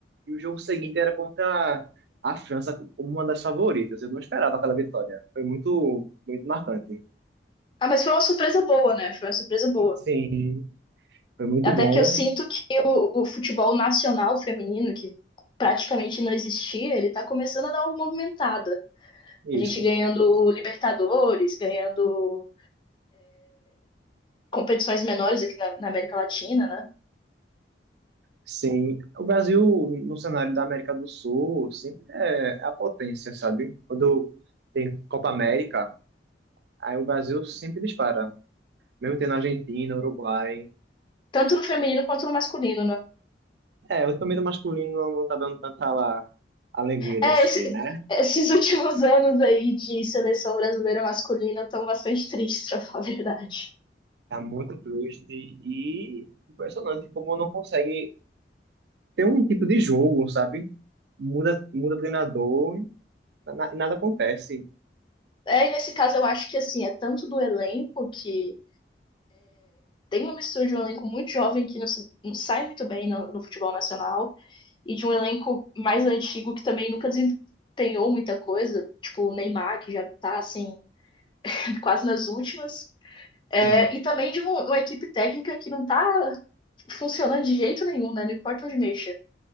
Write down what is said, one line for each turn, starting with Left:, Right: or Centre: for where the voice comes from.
Right: e o jogo seguinte era contra a França como uma das favoritas. Eu não esperava aquela vitória. Foi muito, muito marcante.
Left: Ah, mas foi uma surpresa boa, né? Foi uma surpresa boa.
Right: Sim, foi muito
Left: Até
Right: bom.
Left: que eu sinto que o, o futebol nacional feminino, que praticamente não existia, ele está começando a dar uma movimentada.
Right: Isso,
Left: A gente ganhando Libertadores, ganhando competições menores aqui na, na América Latina, né?
Right: sim. O Brasil, no cenário da América do Sul, sempre é é a potência, sabe? Quando tem Copa América, aí o Brasil sempre dispara. Mesmo tendo Argentina, Uruguai.
Left: Tanto no feminino quanto no masculino, né?
Right: É, o torneio do masculino não não tá dando tanta lá, alegria de
Left: É,
Right: assistir,
Left: esse,
Right: né?
Left: <laughs> esses últimos anos aí de seleção brasileira masculina estão bastante tristes, pra <laughs> falar a verdade.
Right: Tá muito triste e impressionante como não consegue ter um tipo de jogo, sabe? Muda, muda treinador e na- nada acontece.
Left: É, e nesse caso eu acho que assim, é tanto do elenco que tem uma mistura de um elenco muito jovem que não, se- não sai muito bem no, no futebol nacional e de um elenco mais antigo que também nunca desempenhou muita coisa, tipo o Neymar, que já tá assim, <laughs> quase nas últimas. É,
Right: Sim,
Left: e também de um- uma equipe técnica que não tá funcionando de jeito nenhum, né? Não importa onde mexa.